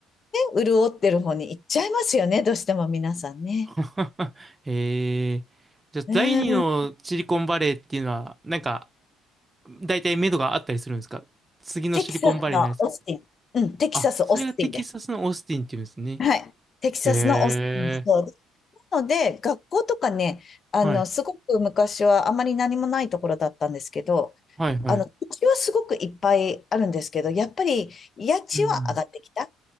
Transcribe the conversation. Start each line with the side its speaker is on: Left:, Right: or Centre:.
Left: 潤ってる方に行っちゃいますよね、どうしても皆さんね。
Right: <laughs> へえ。じゃあ、
Left: うん、
Right: 第二のシリコンバレーっていうのは、なんか、大体目処があったりするんですか次のシリコンバレーになりそう。
Left: テキサスのオースティン。うん、テキサス、
Right: あ、それがテキサスのオースティンっていうんですね。
Left: オースティンです。はい。テキサスのオースティン、
Right: へ
Left: そう。
Right: え。
Left: なので、学校とかね、あの、
Right: はい。
Left: すごく昔はあまり何もないところだったんですけど、
Right: はい、はい。
Left: あの、土地はすごくいっぱいあるんですけど、やっぱり家賃は上がってきた。
Right: うん。